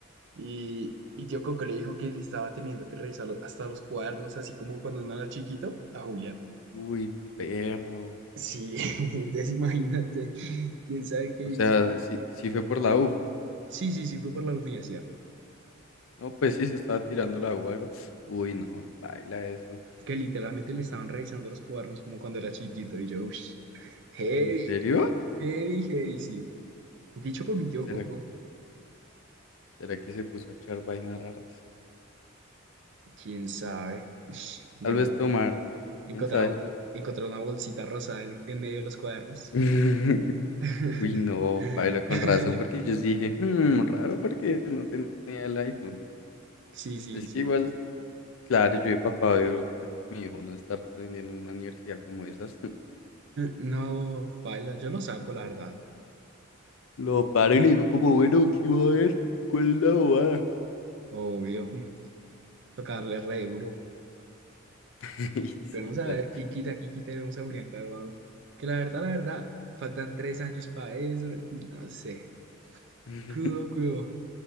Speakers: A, on the right; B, on the left.
A: Y mi tío Coco le dijo que le estaba teniendo que revisar lo- hasta los cuadernos, así como cuando uno era chiquito, a Julián.
B: Uy, perro.
A: Sí, <laughs> entonces imagínate, quién sabe qué hizo.
B: O sea, sí, sí fue por la U.
A: Sí, sí, sí, fue por la universidad,
B: No, pues sí, se estaba tirando la U o algo. Uy, no, baila eso.
A: que literalmente le estaban revisando los cuadernos como cuando era chiquito y yo, uff, heavy,
B: ¿En serio?
A: heavy, heavy, sí. Dicho por mi tío
B: ¿Será,
A: Coco,
B: será que se puso a echar vainas raras?
A: quién sabe, Ush, imagínate,
B: Tal vez tomar.
A: encontrar,
B: ¿Quién sabe?
A: un- encontrar una bolsita rosada en, en medio de los cuadernos.
B: <laughs>
A: <laughs>
B: Uy, no, paila, con razón, porque yo sí dije, "Hmm, raro porque no tenía el iPhone.
A: Sí, sí,
B: Es
A: sí.
B: que igual, claro, yo de papá veo que mi hijo no está aprendiendo en una universidad como esas. <laughs>
A: No, baila, yo lo saco, la verdad,
B: Lo paro y le digo como, bueno, ¿qué iba a ver? ¿Cuál es la bobada?
A: obvio, tocarle re
B: <laughs>
A: duro.
B: Y
A: Esperemos
B: sí,
A: a
B: das.
A: ver quién quita, quién quita y vemos a Julián graduado. Que la verdad, la verdad, faltan tres años para eso. No sé.
B: <laughs>
A: Crudo, crudo.